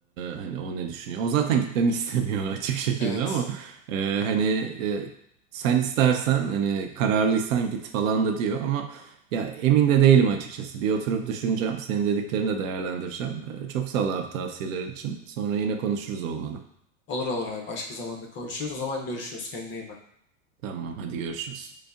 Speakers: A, on the right; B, on the left.
A: hani o ne düşünüyor. O zaten gitmemi <laughs> istemiyor açık şekilde
B: Evet.
A: ama e, hani e, sen istersen hani kararlıysan git falan da diyor ama ya emin de değilim açıkçası. Bir oturup düşüneceğim. Senin dediklerini de değerlendireceğim. Ee, çok sağ ol abi tavsiyelerin için. Sonra yine konuşuruz olmadı.
B: Olur olur abi. Başka zamanda konuşuruz. O zaman görüşürüz. Kendine iyi bak.
A: Tamam hadi görüşürüz.